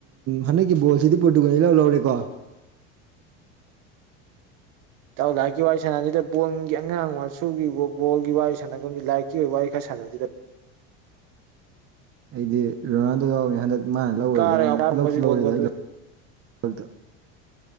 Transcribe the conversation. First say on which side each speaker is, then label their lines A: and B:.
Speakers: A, on the right; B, on the right.
A: ꯍꯟꯗꯛ ꯑꯩꯒꯤ ꯕꯣꯜꯁꯤꯗꯤ ꯠꯇꯨꯒꯗꯤ ꯂꯧ ꯂꯧꯔꯦꯀꯣ
B: ꯇꯥꯎ ꯂꯥꯛꯀꯤ ꯋꯥꯔꯤꯏ ꯁꯅꯥꯁꯤꯗ ꯕꯣꯟꯒꯤ ꯑꯉꯥꯡ ꯃꯆꯨꯒꯤ ꯐꯨꯠꯕꯣꯜꯒꯤ ꯋꯥꯔꯤ ꯁꯥꯟꯅꯕꯒꯁꯤ ꯂꯥꯏꯔꯤꯛꯀꯤ ꯑꯣꯏ ꯋꯥꯔꯤ ꯈꯔꯥꯟꯅꯁꯤꯗ
A: ꯑꯩꯗꯤ ꯔꯣꯅꯥꯜꯗꯣ ꯌꯥꯎꯏꯦ ꯍꯟꯗꯛ ꯃꯥꯅ ꯂꯧꯔꯗ
B: ꯀꯥꯔꯒ
A: ꯍꯥꯏꯩꯅ
B: ꯑꯋꯥꯡꯕ
A: ꯂꯧꯁꯨ
B: ꯕꯣꯜꯒꯗꯨ
A: ꯂꯧꯔꯦꯗ ꯑꯩ